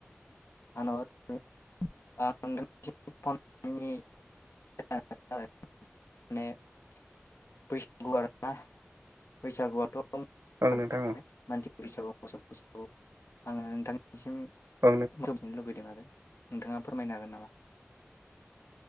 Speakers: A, on the left (about 75°); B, on the right (about 85°).
A: आनाव <unintelligible> आं नोंथांनिसिम फन हरनि <unintelligible> बैसागु आरोना बैसागुआथ
B: ओं नोंथां
A: नालाय
B: ओं
A: <unintelligible> <unintelligible> आङो नोंथां बिसिम
B: ओं
A: मिथिनो लुबैदों आरो। नोंथाङा फोरमायनो हागोन नामा?